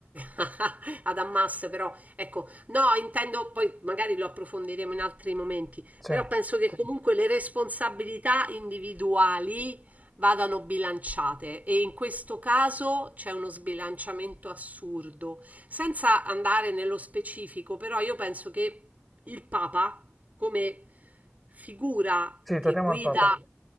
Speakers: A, on the right; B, in the centre.
A: a- <laughs> ad Hamas, però ecco, no, intendo, poi magari lo approfondiremo in altri momenti,
B: Sì,
A: però penso che Sì. comunque le responsabilità individuali vadano bilanciate e in questo caso c'è uno sbilanciamento assurdo. Senza andare nello specifico, però io penso che il Papa come figura
B: sì,
A: che
B: torniamo
A: guida,
B: al Papa.